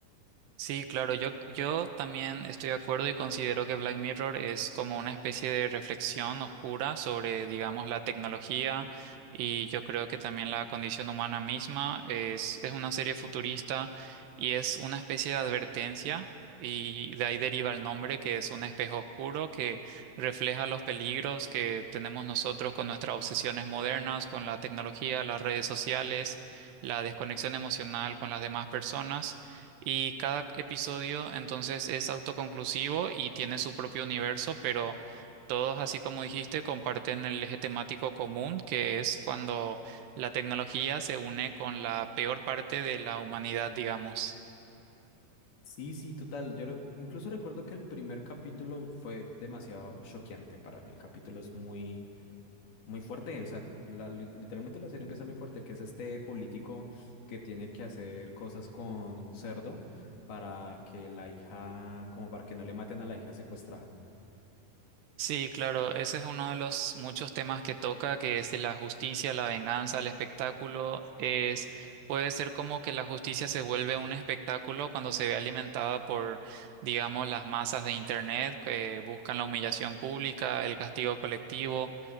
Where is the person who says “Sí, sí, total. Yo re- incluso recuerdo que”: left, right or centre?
Left